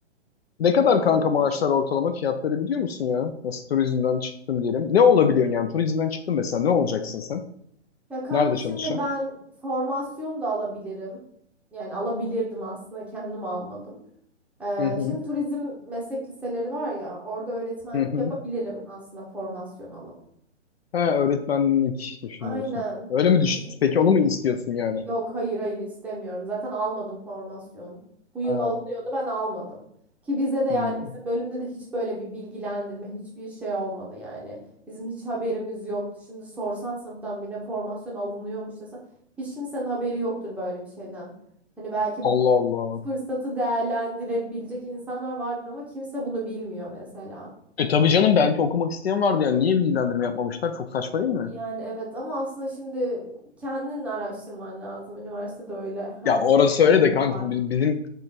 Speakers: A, on the left; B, in the centre.
A: Ne kadar
B: Ha, Bakalım.
A: kanka maaşlar ortalama fiyatları biliyor musun ya? Nasıl turizmden çıktın diyelim. Ne olabiliyorsun yani? Turizmden çıktın mesela ne olacaksın sen?
B: Ya kanka
A: Nerede
B: şimdi
A: çalışacaksın?
B: ben formasyon da alabilirim. Yani alabilirdim aslında kendim almadım. Ee,
A: Hı hı.
B: şimdi turizm meslek liseleri var ya orada öğretmenlik
A: Hı hı.
B: yapabilirim aslında formasyon alıp.
A: Ha, öğretmenlik düşünüyorsun.
B: Aynen.
A: Öyle
B: Mesela
A: mi düş
B: Biz
A: Peki onu mu istiyorsun yani?
B: Yok hayır hayır istemiyorum. Zaten almadım formasyon. Bu yıl
A: Ha,
B: alınıyordu ben almadım. Ki bize de yani
A: hmm.
B: bizim bölümde de hiç böyle bir bilgilendirme hiçbir şey olmadı yani. Bizim hiç haberimiz yoktu. Şimdi sorsan sınıftan birine formasyon alınıyormuş desen hiç kimsenin haberi yoktur böyle bir şeyden. Hani belki
A: Allah Allah.
B: bu fırsatı değerlendirebilecek insanlar vardır ama kimse bunu bilmiyor mesela.
A: E tabii canım belki okumak isteyen vardı yani. Niye bilgilendirme yapmamışlar? Çok saçma değil mi?
B: Yani evet ama aslında şimdi kendin araştırman lazım. Üniversitede öyle her
A: Ya orası
B: şeyi söylemiyorlar.
A: öyle de kanka bizim